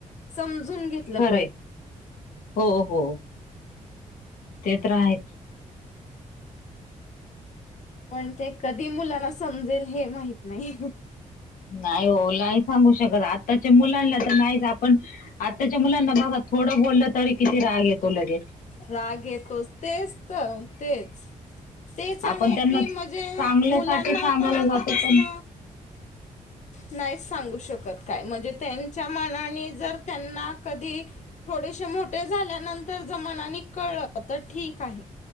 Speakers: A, on the left (about 60°); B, on the left (about 85°).
A: समजून घेतलं
B: खरं
A: पाहिजे.
B: आहे हो हो ते तर आहेच.
A: पण ते कधी मुलांना समजेल हे माहित नाही.
B: नाही हो नाही सांगू शकत आत्ताच्या मुलांना तर नाहीच आपण आत्ताच्या मुलांना बघा थोडं बोललं तरी किती राग येतो लगेच.
A: राग येतोच तेच तर तेच तेच आहे
B: आपण त्यांना
A: की म्हणजे
B: चांगल्यासाठी
A: मुलांना
B: सांगायला
A: पण आता
B: जातो
A: पासन
B: पण
A: नाहीच सांगू शकत काय म्हणजे त्यांच्या मनाने जर त्यांना कधी थोडेसे मोठे झाल्यानंतर जर मनानी कळलं तर ठीक आहे.